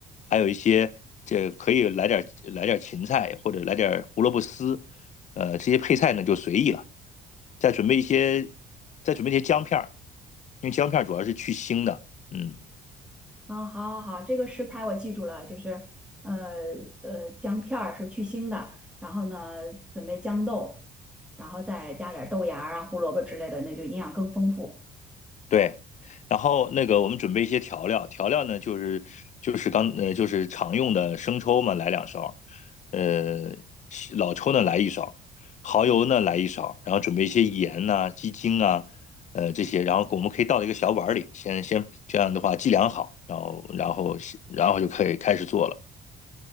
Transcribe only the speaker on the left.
还有一些这可以来点来点芹菜或者来点胡萝卜丝，呃，这些配菜呢就随意了。再准备一些，再准备一些姜片儿，因为姜片儿主要是去腥的，嗯。
对，然后那个我们准备一些调料，调料呢就是就是刚呃就是常用的生抽嘛，来两勺，呃西老抽呢来一勺，蚝油呢来一勺，然后准备一些盐呐、鸡精啊，呃这些，然后我们可以倒到一个小碗里，先先这样的话计量好，然后然后然后就可以开始做了。